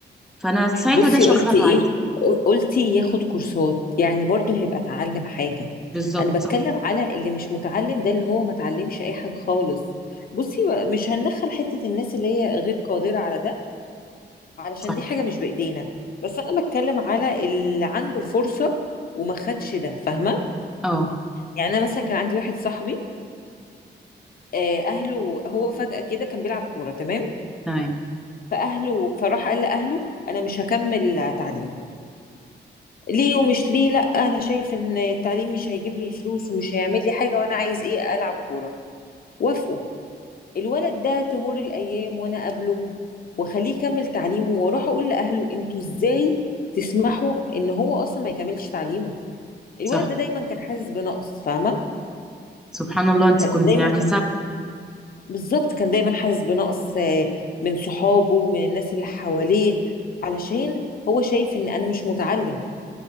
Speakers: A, in the centre; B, on the left.
A: فأنا ساعتها
B: بصي
A: ده شغاله
B: قلتي ايه
A: عادي
B: قلتي ياخد كورسات يعني برضه هيبقى اتعلم حاجة
A: بالظبط
B: انا بتكلم
A: صح
B: على اللي مش متعلم ده اللي هو ما اتعلمش اي حاجة خالص بصي مش هندخل حتة الناس اللي هي غير قادرة على ده علشان
A: صح
B: دي حاجة مش بإيدينا بس أنا بتكلم على اللي عنده الفرصة وما خدش ده فاهمة؟
A: اه
B: يعني أنا مثلا كان عندي واحد صاحبي آه، أهله هو فجأة كده كان بيلعب كورة تمام؟
A: تمام
B: فأهله فراح قال لأهله أنا مش هكمل تعليم ليه ومش ليه لأ أنا شايف إن التعليم مش هيجيب لي فلوس ومش هيعمل لي حاجة وأنا عايز إيه ألعب كورة وافقوا الولد ده تمر الأيام وأنا أقابله وأخليه يكمل تعليمه وأروح أقول لأهله أنتوا إزاي تسمحوا إن هو أصلا ما يكملش تعليمه الولد
A: صح
B: ده دايما كان حاسس بنقص فاهمه
A: سبحان الله أنت
B: ه-
A: كنت
B: دايما
A: يعني
B: مم. ك- بالظبط كان دايما حاسس بنقص آه، من صحابه من الناس اللي حواليه علشان هو شايف ان انا مش متعلم